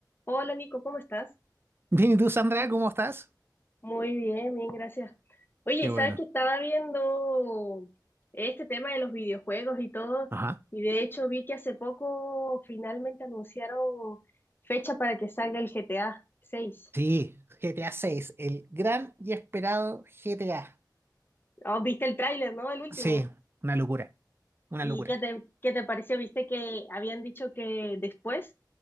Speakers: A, on the left; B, on the right.
A: Hola Nico, ¿cómo estás?
B: Bien, ¿y tú, Sandra, cómo estás?
A: Muy bien, bien, gracias. Oye,
B: Qué
A: sabes
B: bueno.
A: que estaba viendo este tema de los videojuegos y todo,
B: Ajá.
A: y de hecho vi que hace poco finalmente anunciaron fecha para que salga el GTA 6.
B: Sí, GTA seis, el gran y esperado GTA.
A: Oh, viste el tráiler, ¿no? El último.
B: Sí, una locura, una
A: ¿Y
B: locura.
A: qué te, qué te pareció? Viste que habían dicho que después